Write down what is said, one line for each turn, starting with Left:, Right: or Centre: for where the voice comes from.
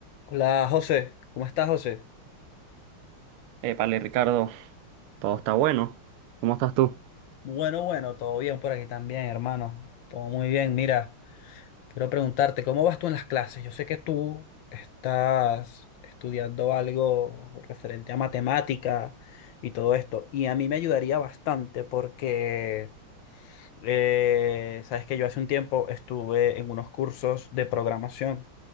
Left: Hola José, ¿cómo estás José?
Right: Épale, Ricardo, todo está bueno. ¿Cómo estás tú?
Left: Bueno, bueno, todo bien por aquí también, hermano. Todo muy bien. Mira, quiero preguntarte, ¿cómo vas tú en las clases? Yo sé que tú estás estudiando algo referente a matemática y todo esto, y a mí me ayudaría bastante porque Eh, sabes que yo hace un tiempo estuve en unos cursos de programación